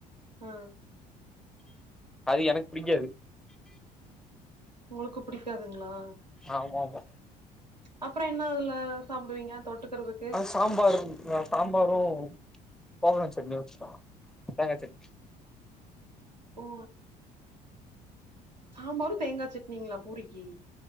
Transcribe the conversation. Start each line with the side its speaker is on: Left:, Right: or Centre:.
Right: ஆ
Centre: அது எனக்கு புடிக்காது
Right: உங்களுக்கு புடிக்காதுங்களா
Centre: ஆமா ஆமா
Right: அப்புறோ என்ன அதுல சாப்புடுவீங்க தொட்டுக்கறதுக்கு
Centre: சாம்பாரும் அ சாம்பாரு <unintelligible> சட்னியு வெச்சிப்பே தேங்கா சட்னி
Right: ஓ சாம்பாரு தேங்கா சட்னியுங்களா பூரிக்கி